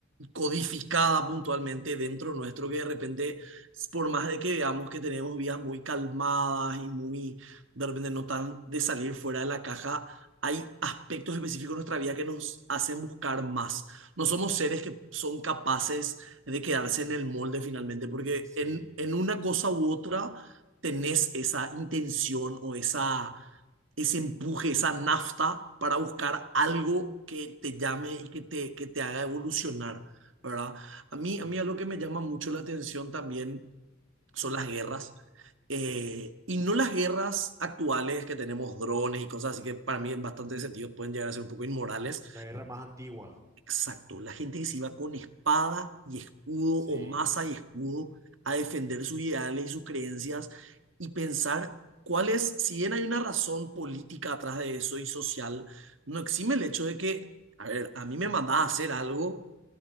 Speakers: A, on the right; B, on the right.
A: codificada puntualmente dentro nuestro que de repente, por más de que veamos que tenemos vidas muy calmadas y muy, de repente no tan de salir fuera de la caja, hay aspectos específicos de nuestra vida que nos hacen buscar más. No somos seres que son capaces de quedarse en el molde finalmente, porque
B: Sí,
A: en, en una cosa u otra tenés esa intención o esa, ese empuje, esa nafta para buscar algo que te llame y que te, que te haga evolucionar. ¿verdad? A mí,
B: sí.
A: a mí algo que me llama mucho la atención también son
B: <clears throat>
A: las guerras. eh,
B: Ok.
A: y no las guerras actuales que tenemos drones y cosas así que para mí en bastantes
B: Ujú.
A: sentidos pueden llegar a ser un poco inmorales.
B: La guerra más antigua.
A: Exacto, la gente que se iba con espada y escudo
B: Sí,
A: o masa y escudo a defender sus ideales y sus creencias y pensar cuál es, si bien hay una razón política atrás de eso y social, no exime el hecho de que, a ver, a mí me mandás a hacer algo